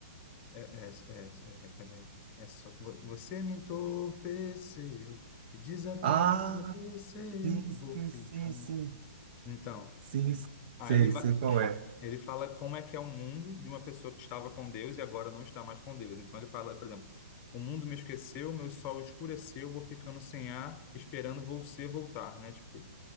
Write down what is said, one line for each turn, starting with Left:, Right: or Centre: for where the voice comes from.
Left: É, é, é, é, peraí. É só vo- você me entorpeceu e desapareceu,
Right: Ah, sim, sim,
Left: vou ficando.
Right: sim, sim,
Left: Então,
Right: sim, sim.
Left: aí
Right: sei,
Left: ele
Right: sei
Left: vai,
Right: qual é.
Left: ele fala como é que é o mundo de uma pessoa que estava com Deus e agora não está mais com Deus. Então ele fala, por exemplo, o mundo me esqueceu, meu sol escureceu, vou ficando sem ar, esperando você voltar, né? Tipo,